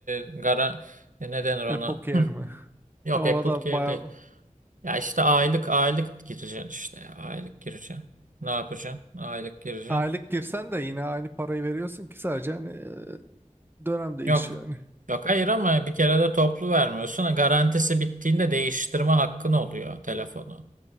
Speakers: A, on the right; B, on the right.
A: e, gara e, ne denir ona?
B: Apple Care
A: Hı,
B: mi?
A: Yok
B: E, Ona
A: Apple
B: da
A: Care
B: bayağı
A: değil. Ya işte aylık aylık gireceksin işte ya. Aylık gireceksin. Ne yapacaksın? Aylık gireceksin.
B: aylık girsen de yine aynı parayı veriyorsun ki sadece hani e, dönem değişiyor
A: Yok.
B: yani.
A: Yok hayır ama bir kere de toplu vermiyorsun. E, Garantisi bittiğinde değiştirme hakkın oluyor telefonu